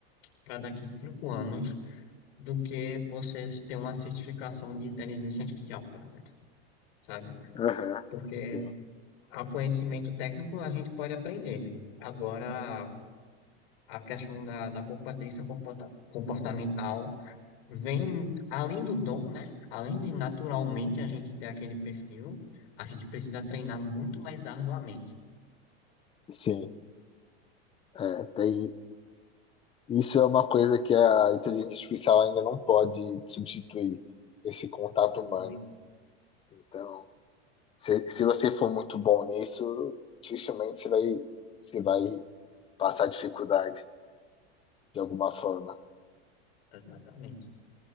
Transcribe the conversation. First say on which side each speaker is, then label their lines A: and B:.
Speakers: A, on the left; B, on the left.
A: para daqui cinco anos do que você ter uma certificação de inteligência artificial, por exemplo, sabe?
B: Aham,
A: Porque
B: sim,
A: o conhecimento técnico a gente pode aprender. Agora, a questão da, da competência comporta- comportamental vem além do dom, né? Além de naturalmente a gente ter aquele perfil, a gente precisa treinar muito mais arduamente.
B: sim. É, tem, isso é uma coisa que a inteligência artificial ainda não pode substituir, esse contato
A: Exatamente.
B: humano. Então, se, se você for muito bom nisso, dificilmente você vai, você vai passar dificuldade de alguma forma.
A: Exatamente.